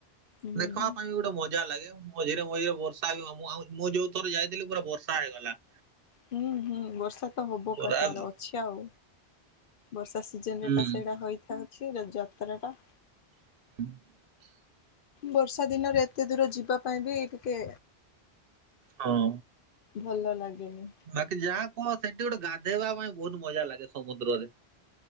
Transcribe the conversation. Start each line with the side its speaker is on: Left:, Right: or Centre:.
Left: ହୁଁ।
Right: ଦେଖିବା ପାଇଁ ବି ଗୋଟେ ମଜା ଲାଗେ। ମଝିରେ ମଝିରେ ବର୍ଷା ବି ମୁଁ ମୁଁ ଯୋଉ ଥରେ ଯାଇଥିଲି ପୁରା ବର୍ଷା ହେଇଗଲା।
Left: ହୁଁ ହୁଁ ବର୍ଷା ତ ହବକା
Right: ପୁରା
Left: ତାର ଅଛି ଆଉ। ବର୍ଷା ସିଜନ
Right: ହୁଁ
Left: ରେ ଟା ସେଇଟା ହେଇଥାଉଛି ଯାତ୍ରା ଟା।
Right: ହୁଁ। <unintelligible>
Left: ବର୍ଷା ଦିନରେ ଏତେ ଦୂର ଯିବା ପାଇଁ ବି ଟିକେ,
Right: ହଁ।
Left: ଭଲ ଲାଗେନି।
Right: ବାକି ଯାହା କୁହ ସେଠି ଗୋଟେ ଗାଧେଇବା ପାଇଁ ବହୁତ ମଜା ଲାଗେ ସମୁଦ୍ରରେ।